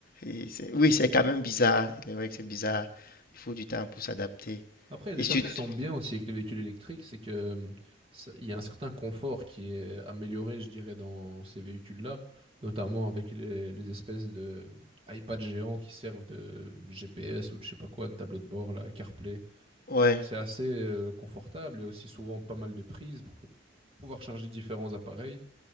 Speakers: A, on the left; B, on the right.
A: Et c'est- Oui, c'est quand même bizarre. C'est vrai que c'est bizarre. Il faut du temps pour s'adapter.
B: Après, il y a des
A: Et
B: choses
A: surtout.
B: qui sont bien aussi avec les véhicules électriques, c'est que euh, ça- il y a un certain confort qui est amélioré, je dirais, dans ces véhicules-là, notamment avec les, les espèces de hum, iPads géants qui servent de GPS ou de je sais pas quoi, de tableau de bord, là, CarPlay.
A: Ouais,
B: C'est assez euh, confortable. Il y a aussi souvent pas mal de prises pour pou- pouvoir charger différents appareils.